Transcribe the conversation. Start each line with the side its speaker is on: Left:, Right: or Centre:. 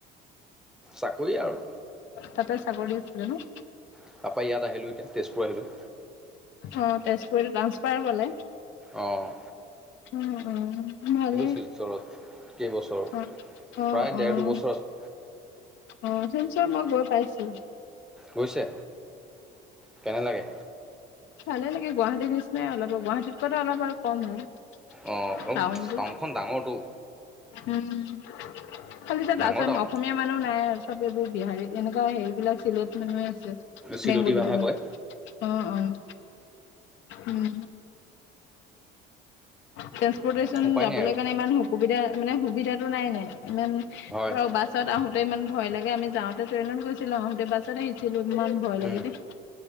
Centre: চাকৰি আৰু।
Left: তাতে, চাকৰি আছিলে ন?
Centre: তাৰপৰা, ইয়াত আহিলোঁ এতিয়া, তেজপুৰ আহিলোঁ।
Left: অ', তেজপুৰ, এইতো ট্ৰান্সফাৰ ল'লে।
Centre: অ'।
Left: উম, উম, ভালে।
Centre: শিলচৰত কেইবছৰ
Left: অ', অ',
Centre: প্ৰায় ডেৰ
Left: অ'।
Centre: দুবছৰ আছোঁ
Left: অ', শিলচৰ মই গৈ পাইছোঁ।
Centre: গৈছে, কেনে লাগে?
Left: ভালে লাগে, গুৱাহাটীৰ নিচিনাই অলপ, গুৱাহাটীতকৈ অলপ আৰু কম আৰু।
Centre: অঁ অলপ
Left: টাউনটো,
Centre: টাউনখন ডাঙৰটো
Left: উম। খালি তাত
Centre: ডাঙৰ
Left: আসাম
Centre: টাউনটো
Left: অসমীয়া মানুহ নাই, চব এইবোৰ বিহাৰী, এনেকুৱা হেৰিবিলাক চিলেত মানুহে আছে।
Centre: চিলটি
Left: বেংগলী
Centre: ভাষা
Left: বেংগ
Centre: কয়।
Left: অ', অ'। উম, ট্ৰেন্সপৰ্টেচন
Centre: উপায়
Left: যাবলৈ
Centre: নাই আৰু
Left: কাৰণে, ইমান সু সুবিধা মানে, সুবিধাটো নাই, নাই ইমান
Centre: হয়
Left: ধৰক বাছ ছত আহোঁতে ইমান ভয় লাগে আমি যাওঁতে ট্ৰেইনত গৈছিলো আহোঁতে বাছত আহিছিলো, ইমান ভয় লাগে
Centre: উম।
Left: দেই।